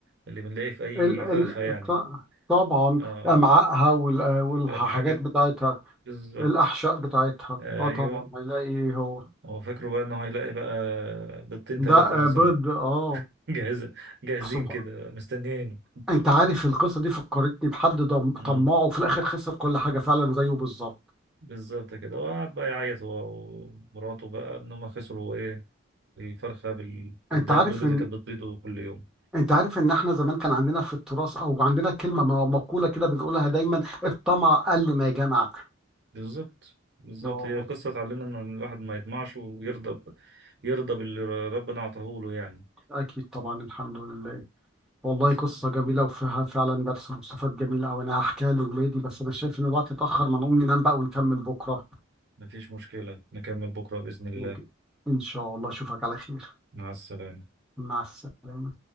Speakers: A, on the right; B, in the centre.
A: اللي بنلاقيه في اي
B: ال ال
A: فرخة يعني
B: ط- طبعا
A: آه
B: امعائها وال- والحاجات
A: الحاجة
B: بتاعتها
A: بالظبط
B: الاحشاء بتاعتها
A: ايوه
B: اه طبعا هيلاقي ايه هو
A: هو فاكره بقى انه هيلاقي بقى بيضتين ثلاثة
B: ده
A: مثلا
B: آه، بيض اه
A: <laughs> جاهزة جاهزين
B: سبحان
A: كده مستنيينه
B: انت عارف القصه دي فكرتني بحد ضم- طماعه
A: امم
B: وفي الاخر خسر كل حاجه فعلا زيه بالظبط
A: بالظبط كده وقعد بقى يعيط هو ومراته بقى ان هم خسروا ايه الفرخة بال- بالد-
B: انت عارف
A: بالبيض اللي
B: ان
A: كانت بتبيضه كل يوم
B: انت عارف ان احنا زمان كان عندنا في التراث او عندنا كلمه م- مقوله كده بنقولها دايما الطمع قل ما جمع
A: بالظبط بالظبط
B: اه
A: هي قصة تعلمنا إن الواحد ما يطمعش ويرضى ب... يرضى باللي ربنا أعطاه له يعني
B: اكيد طبعا الحمد لله والله
A: بس
B: قصه جميله وفيها فعلا درس مستفاد جميل قوي انا هحكيها لاولادي بس انا شايف ان الوقت اتاخر ما نقوم ننام بقى ونكمل بكره
A: مفيش مشكلة نكمل بكرة بإذن الله
B: ممكن ان شاء الله اشوفك على خير
A: مع السلامة
B: مع السلامه